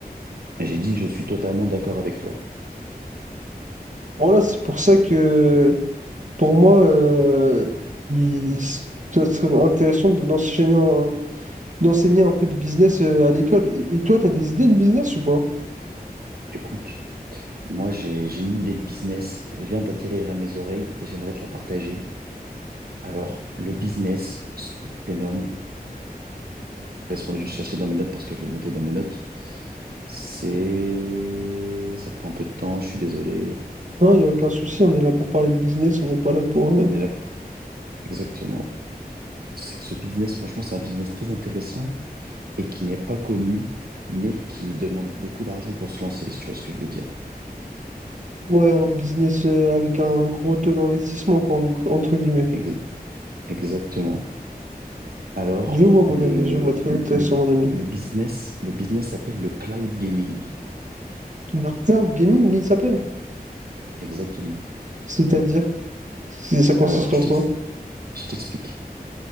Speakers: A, on the right; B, on the right.
A: J'ai dit, je suis totalement d'accord avec toi.
B: Voilà, c'est pour ça que, pour moi, euh, il- ça serait intéressant d'enseigner un, d'enseigner un peu de business euh, à l'école. Et, et toi, t'as des idées de business ou pas?
A: Écoute, moi, j'ai, j'ai une idée de business. Elle vient d'atterrir à mes oreilles et j'aimerais te la partager. Alors, le business se prénomme, laisse-moi juste chercher dans mes notes parce que je l'ai noté dans mes notes. C'est... Ça prend un peu de temps, je suis désolé.
B: Non, il n'y a aucun souci, on est là pour parler de business, on n'est pas là pour, euh,
A: Mais là, exactement. C'est que ce business, franchement, c'est un business très intéressant et qui n'est pas connu, mais qui demande beaucoup d'argent pour se lancer, si tu vois ce que je veux dire.
B: ouais, un business euh, avec un gros taux d'investissement, quoi, en- entre guillemets.
A: Ex- exactement. Alors,
B: Je vois, mon
A: le,
B: ami, je vois, très
A: le,
B: intéressant,
A: le
B: mon ami.
A: le business, le business s'appelle le cloud gaming.
B: Le cloud gaming, il s'appelle?
A: Exactement.
B: C'est-à-dire? C'est- Ça consiste
A: Alors,
B: en
A: je t'ex-
B: quoi?
A: je t'explique.